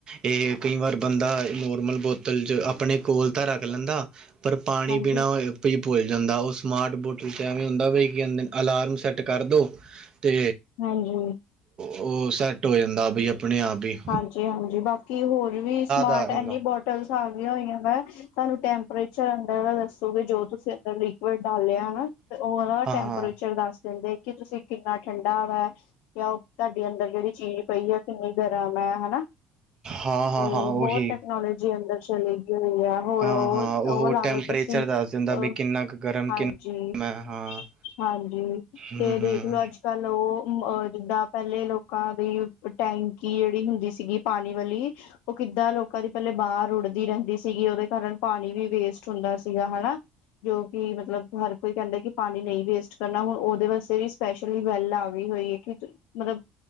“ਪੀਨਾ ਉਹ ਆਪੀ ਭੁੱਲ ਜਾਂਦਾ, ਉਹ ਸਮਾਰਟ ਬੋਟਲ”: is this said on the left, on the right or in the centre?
Right